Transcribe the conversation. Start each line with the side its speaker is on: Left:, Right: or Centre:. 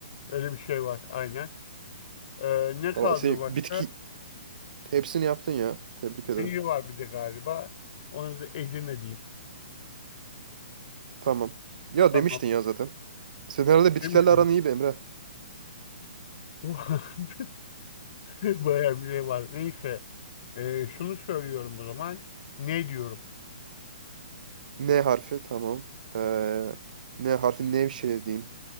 Left: Öyle bir şey var aynen. Ee, ne
Right: Vallahi
Left: kaldı
Right: sen
Left: başka?
Right: bitki hepsini yaptın ya. Tebrik ederim.
Left: Şehir var bir de galiba. Onu da Edirne diyeyim.
Right: Tamam. Ya
Left: Tamam.
Right: demiştin ya zaten. Senin herhalde bitkilerle
Left: Demiş miyim?
Right: aran iyi be Emre.
Left: <laughs> Bayağı bir şey var. Neyse. Ee, şunu söylüyorum o zaman. Ne diyorum?
Right: N harfi tamam. Ee, N harfi Nevşehir diyeyim